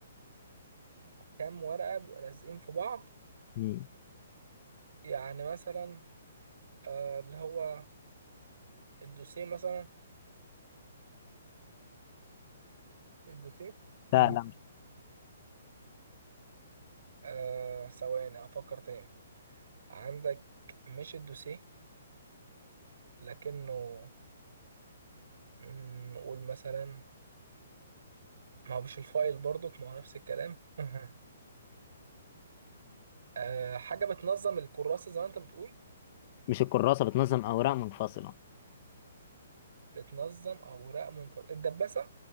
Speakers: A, on the right; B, on the left.
A: كام ورقة بيبقوا لازقين في بعض
B: مم.
A: يعني مثلا آه اللي هو الدوسيه مثلا الدوسيه <laughs>
B: لا لا مش
A: آه ثواني افكر تاني عندك مش الدوسيه لكنه مم، نقول مثلا ما هو مش الفايل برضك ما هو نفس الكلام <laughs> آه حاجة بتنظم الكراسة زي ما انت بتقول
B: مش الكراسة بتنظم أوراق منفصلة
A: بتنظم اوراق منفصلة الدباسة